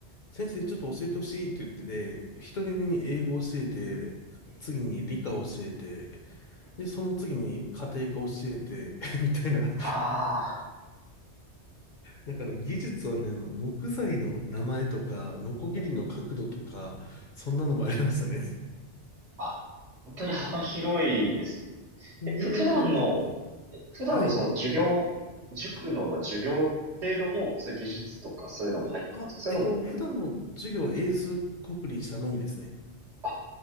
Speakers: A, on the left; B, on the right.
A: 先生ちょっと教えてほしいって言ってて、一人目に英語教えて、
B: ええ、
A: 次に理科教えて、
B: ええ
A: で、その次に家庭科教えて、<laughs> みたいな。
B: あ
A: なんかあの技術はね、あの、木材の名前とか、ノコギリの角度とか、そんなのもありましたね。
B: あ、あ、本当に幅広いですね。
A: おお、
B: え、ふ、普段の、
A: 本当。
B: え普段のその授業、
A: はい。
B: 塾の、まあ、授業っていうのも、そういう技術とかそういうのも入ってくるんですかそれとも、
A: あ、えっと、普段の授業は英数国理社のみですね。
B: あ、